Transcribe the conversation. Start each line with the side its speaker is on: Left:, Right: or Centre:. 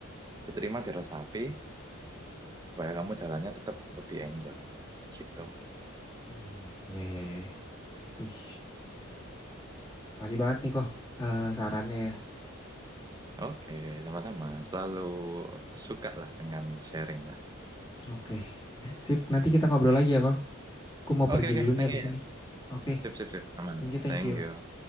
Right: Diterima, diresapi, supaya kamu jalannya tetap lebih enjoy. Gitu.
Left: Hmm. Iya, iya, iya. iya. Ih. Makasih banget nih kok eh, sarannya ya.
Right: Oke, sama-sama. Selalu suka lah dengan sharing lah.
Left: Oke. Sip, nanti kita ngobrol lagi ya kok. Aku mau pergi
Right: Oke, oke,
Left: dulu nih
Right: thank
Left: abis
Right: you ya.
Left: ini. Oke.
Right: Sip, sip, sip. Aman.
Left: Thank you, thank
Right: Thank
Left: you.
Right: you.